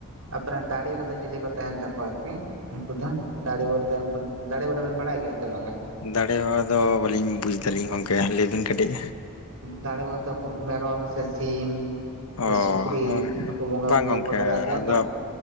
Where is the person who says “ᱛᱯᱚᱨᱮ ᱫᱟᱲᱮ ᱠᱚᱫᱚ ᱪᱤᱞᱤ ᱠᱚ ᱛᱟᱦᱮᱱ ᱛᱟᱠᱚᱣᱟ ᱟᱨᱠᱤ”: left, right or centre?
Right